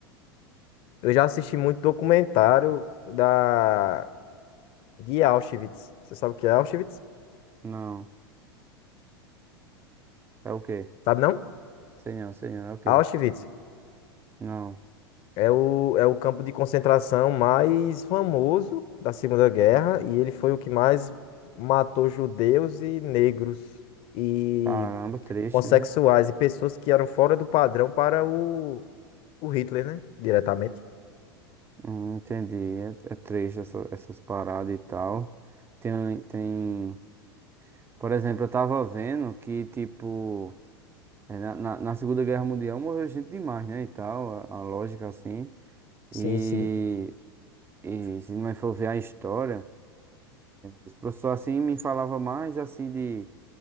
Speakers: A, on the left (about 45°); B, on the right (about 15°).
A: eu já assisti muito documentário da... de Auschwitz. Você sabe o que é Auschwitz?
B: Não, é o quê?
A: Sabe não?
B: Sei não, sei não, é o quê?
A: Auschwitz.
B: Não,
A: É o, é o campo de concentração mais famoso da Segunda Guerra e ele foi o que mais matou judeus e negros e
B: caramba, triste,
A: homossexuais
B: viu?
A: e pessoas que eram fora do padrão para o, o Hitler, né? Diretamente.
B: Hum, entendi, é, é triste essa, essas paradas e tal. Tem, tem. Por exemplo, eu tava vendo que, tipo, é, na, na, na Segunda Guerra Mundial morreu gente demais, né? E tal, a, a lógica assim.
A: Sim,
B: E,
A: sim.
B: e se não for ver a história, os professores assim me falavam mais assim de,